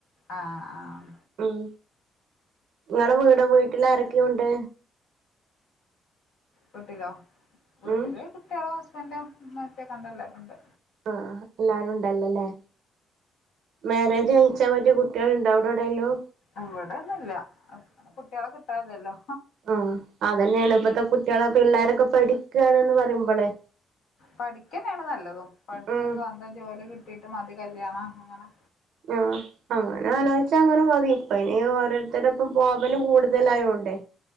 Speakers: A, on the left (about 80°); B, on the right (about 70°).
A: ആഹ് ആഹ്
B: ഉം നിങ്ങളെ വീട് വീട്ടിൽ ആരൊക്കെയുണ്ട്
A: വീട്ടിലോ വീട്ടില്
B: ഉം
A: കുട്ടികളും ഹസ് എല്ലാം നേരത്തെ കണ്ടല്ലെരുമുണ്ട്
B: ആഹ എല്ലാരും ഉണ്ടല്ലല്ലേ മാരേജ് കഴിച്ചാ മറ്റേ കുട്ടികളുണ്ടാ അവിടെ എവിടെലും
A: അവിടെന്നല്ല അ കുട്ടികളെ കിട്ടാനില്ലല്ലോ
B: ആഹ് അതന്നെയാണ് ഇപ്പത്തെ കുട്ടികളെ പിള്ളേരൊക്കെ പഠിക്കുകയാണെന്ന് പറയുമ്പോളേ
A: പഠിക്കനാണ് നല്ലതും പഠിച്ച്
B: ഉം
A: സ്വന്തം ജോലി കിട്ടിട്ട് മതി കല്യാണം അങ്ങനെ
B: ആ അങ്ങനെ ആലോചിച്ചാ അങ്ങനെ മതി ഇപ്പ ഇനി ഓരോരുത്തരുടെ ഇപ്പ പോവൽ കൂടുതലായോണ്ടേ